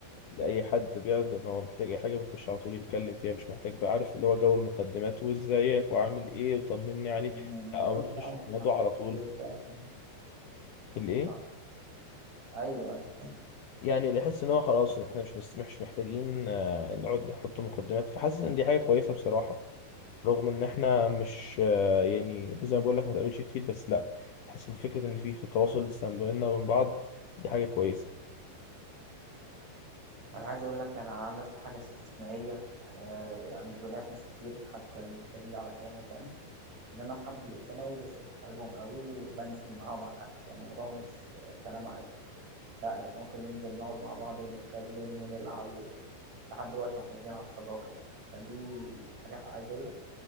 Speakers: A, on the left (about 65°); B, on the right (about 40°).
A: لأي حد بيعرض
B: من-
A: ان هو محتاج اي حاجة بيخش على طول يتكلم فيها مش محتاج بقى عارف اللي هو جو المقدمات وازيك وعامل ايه وطمني عليك
B: من- من-
A: لا
B: من-
A: بنخش
B: يعني
A: في الموضوع
B: عارفين
A: على طول
B: الكلية بتاعتهم.
A: الايه
B: آه. أيوه أيوه
A: يعني نحس ان هو خلاص إن احنا مش مس- مش محتاجين آه، نقعد نحط مقدمات فحاسس ان دي حاجه كويسه بصراحه رغم ان احنا مش آه، يعني زي ما بقول لك ما تقابلش كتير بس لا حاسس ان فكره ان في في تواصل لسه ما بيننا وبين بعض دي حاجه كويسه
B: انا عايز اقول لك انا عملت حاجه استثنائيه آه، يعني مش بلاقيها في ناس كتير حتى دليل على كلامك يعني ان انا اصحاب اللي في ثانوي لسه بحبهم قوي وبنزل معاهم على القهوه يعني الموضوع مش آه، كلام عيب لا ده احنا ممكن ننزل نقعد مع بعض ونتكلم ونلعب و- لحد دلوقتي محافظين على الصداقه يعني فدي حاجه عايز اقول لك